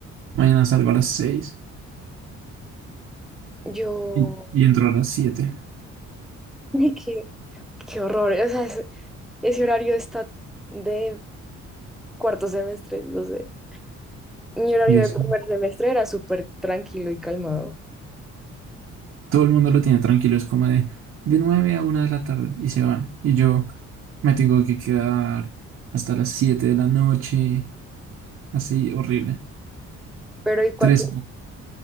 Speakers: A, on the right; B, in the centre.
A: Mañana salgo a las 6
B: Yo,
A: y, y entro a las siete
B: <laughs> qué, qué horror. O sea, ese ese horario está de cuarto semestre, no sé. Mi horario
A: Yo
B: de
A: sí.
B: primer semestre era súper tranquilo y calmado.
A: Todo el mundo lo tiene tranquilo, es como de, de 9 a una de la tarde y se van. Y yo me tengo que quedar hasta las 7 de la noche, así, horrible.
B: Pero ¿y cuántos
A: Tres,